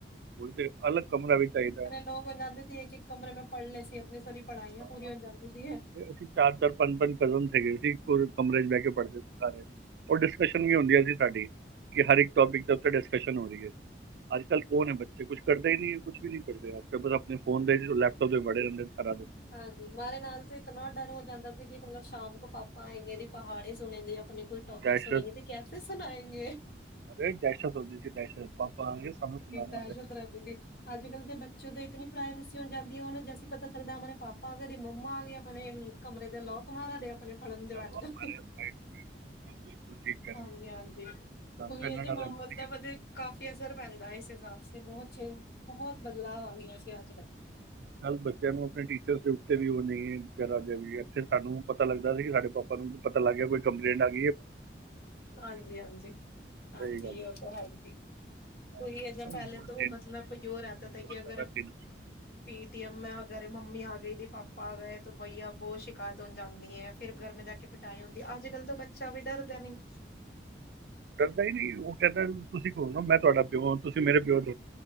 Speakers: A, on the right; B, on the left.
A: ਹੁਣ ਤੇ। ਅਲੱਗ ਕਮਰਾ ਵੀ ਚਾਹੀਦਾ।
B: ਨੌ ਵਜ ਜਾਂਦੇ ਸੀ, ਇੱਕ ਇੱਕ ਕਮਰੇ, ਮੈਂ ਪੜ੍ਹ ਲਏ ਸੀ ਆਪਣੀ ਸਾਰੀ ਪੜ੍ਹਾਈਆਂ
A: ਹੈ
B: ਪੂਰੀ ਹੋ ਜਾਂਦੀ ਸੀ।
A: ਅਸੀਂ ਚਾਰ, ਚਾਰ ਪੰਜ, ਪੰਜ ਕਜ਼ਨ ਹੈਗੇ ਸੀਗੇ। ਕਮਰੇ ਚ ਬਹਿ ਕੇ ਪੜ੍ਹਦੇ ਸੀ ਸਾਰੇ, ਹੋਰ ਡਿਸਕਸ਼ਨ ਵੀ ਹੁੰਦੀਆਂ ਸੀ, ਸਾਡੀ ਕਿ ਹਰ ਇੱਕ ਟੋਪਿਕ ਤੇ। ਡਿਸਕਸ਼ਨ ਹੋ ਰਹੀ ਹੈ। ਅੱਜ ਕੱਲ ਕਹੋ ਨਾ ਬੱਚੇ ਕੁਝ ਕਰਦੇ ਹੀ ਕੁਛ ਵੀ ਨਹੀਂ ਕਰਦੇ। ਕਿਉਂਕਿ ਆਪਣੇ ਫੋਨ ਦੇ, ਵਿੱਚ ਤੇ ਲੈਪਟੋਪ ਦੇ, ਵਿੱਚ ਵੜੇ ਰਹਿੰਦੇ ਨੇ ਸਾਰਾ ਦਿਨ।
B: ਹਾਂਜੀ ਹਮਾਰੇ ਨਾਲ ਤਾਂ ਇਤਨਾ ਡਰ ਹੋ ਜਾਂਦਾ ਸੀ ਕਿ ਮਤਲਬ, ਸ਼ਾਮ ਕੋ ਪਾਪਾ ਆਣਗੇ ਪਹਾੜੇ ਸੁਣਣਗੇ ਆਪਣੇ ਟੋਪਿਕ
A: ਦਹਿਸ਼ਤ
B: ਸੁਣੇਗੇ, ਤੇ ਕੈਸੇ ਸੁਣਾਏਗੇ।
A: ਅਰੇ ਦਹਿਸ਼ਤ, ਹੁੰਦੀ ਸੀ ਦਹਿਸ਼ਤ, ਪਾਪਾ ਆਣਗੇ ਸਾਨੂੰ ਸੁਣਾਣਗੇ।
B: <unintelligible> ਅੱਜ- ਕੱਲ ਦੇ ਬੱਚਿਆਂ ਦੀ ਇਤਨੀ ਪ੍ਰਾਈਵੇਸੀ ਹੋ ਜਾਂਦੀ ਹੈ, ਉਹਨਾਂ ਨੂੰ ਜੈਸੇ ਹੀ ਪਤਾ ਚਲਦਾ ਪਾਪਾ ਆਗਾ ਤੇ ਮੰਮਾ ਆ ਗ ਗਿਆ ਆਪਣੇ। ਕਮਰੇ ਦੇ ਲੋਕ ਮਾਰਾ ਡੇ ਆਪਣੇ ਫੜਨ ਦੇ
A: ਚੱਲ
B: ਵੰਡਦਾ।
A: ਲੋਕ ਮਾਰੇ ਸਾਈਡ ਤੇ ਹੁਣ ਬਿਲਕੁਲ ਠੀਕ ਕਰਨ
B: ਹਾਂਜੀ, ਹਾਂਜੀ।
A: ਸਾਨੂੰ
B: ਉਹੀਦੇ
A: ਤਾਂ ਇੰਨਾ ਡਰ ਰਹਿੰਦਾ
B: ਮਾਹੌਲ
A: ਸੀ ਕਿ
B: ਦਾ ਵਧੇ--ਕਾਫ਼ੀ ਅਸਰ ਪੈਂਦਾ ਹੈ ਇਸ ਹਿਸਾਬ ਤੇ ਬਹੁਤ ਚੇ ਬਹੁਤ ਬਦਲਾਵ ਆ ਗਿਆ ਸੀ ਅੱਜ, ਕੱਲ
A: ਚੱਲ ਬੱਚਿਆਂ ਨੂੰ ਆਪਣੇ ਟੀਚਰ ਦੇ ਉੱਤੇ ਵੀ ਉਹ ਨਹੀਂ ਦੇ ਵੀ ਇੱਥੇ ਸਾਨੂੰ ਪਤਾ ਲੱਗਦਾ। ਸੀ ਸਾਡੇ ਪਾਪਾ ਨੂੰ ਪਤਾ ਲੱਗ ਗਿਆ, ਕੋਈ ਕੰਪਲੇਂਟ ਆ ਗਿਆ।
B: ਹਾਂਜੀ, ਹਾਂਜੀ, ਹਾਂਜੀ
A: ਸਹੀ ਗੱਲ
B: ਉਹ ਤਾਂ ਹੈ ਹੀ ਜੀ। ਉਹੀ
A: ਹਾਂ
B: ਐਸਾ
A: ਪਰ
B: ਪਹਿਲੇ
A: ਹੁਣ
B: ਤੋਂ
A: ਤੈਨੂੰ
B: ਮਤਲਬ ਯੋ ਰਹਿਤਾ
A: ਬਹੁਤ
B: ਕਿ ਅਗਰ।
A: ਜ਼ਿਆਦਾ ਤੈਨੂੰ
B: ਪੇਟੀਐਮ ਮ ਅਗਰ ਮੰਮੀ ਆ ਗਈ ਤੇ, ਪਾਪਾ ਆ ਗਏ ਤੇ ਬਈਆ ਬਹੁਤ ਸ਼ਿਕਾਇਤ ਹੋਣ ਜਾਂਦੀ ਹੈ। ਫਿਰ ਘਰ ਮੇਂ ਜਾ ਕੇ ਪਿਟਾਈ ਹੁੰਦੀ, ਅੱਜ- ਕੱਲ ਤਾਂ ਬੱਚਾ ਵੀ ਡਰਦਾ ਨਹੀਂ।
A: ਡਰਦਾ ਹੀ ਨਹੀਂ ਉਹ ਕਹਿੰਦਾ, ਤੁਸੀਂ ਕੌਣ ਹੋ, ਮੈਂ ਤੁਹਾਡਾ ਪਿਓ ਹਾਂ, ਤੁਸੀਂ ਮੇਰੇ ਪਿਓ ਨੀ।